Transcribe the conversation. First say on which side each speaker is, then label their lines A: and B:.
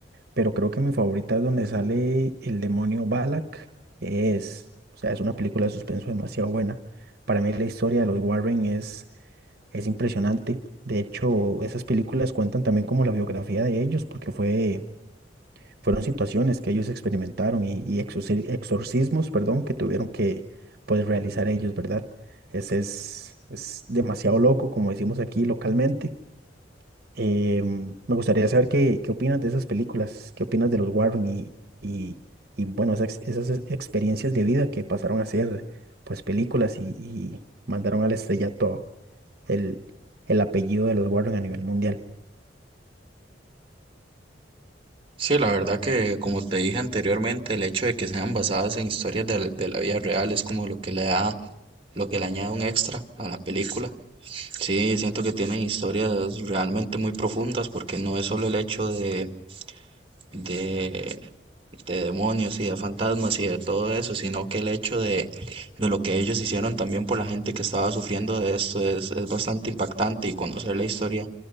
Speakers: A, on the right; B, on the right.
A: pero creo que mi favorita es donde sale el demonio Balak. Es, o sea, es una película de suspenso demasiado buena. Para mí la historia de los Warren es, es impresionante. De hecho, esas películas cuentan también como la biografía de ellos, porque fue fueron situaciones que ellos experimentaron y, y exorci- exorcismos, perdón, que tuvieron que pues, realizar ellos, ¿verdad? Ese es, es demasiado loco, como decimos aquí localmente. Eh, me gustaría saber qué, qué opinas de esas películas, qué opinas de los Warren y, y, y, bueno, esas, esas ex- experiencias de vida que pasaron a ser pues películas y, y mandaron al estrellato el, el apellido de los Warren a nivel mundial.
B: Sí, la verdad que, como te dije anteriormente, el hecho de que sean basadas en historias de, la de la vida real es como lo que le da, lo que le añade un extra a la película. Sí, siento que tienen historias realmente muy profundas porque no es solo el hecho de, de de demonios y de fantasmas y de todo eso, sino que el hecho de, de lo que ellos hicieron también por la gente que estaba sufriendo de esto es, es bastante impactante y conocer la historia,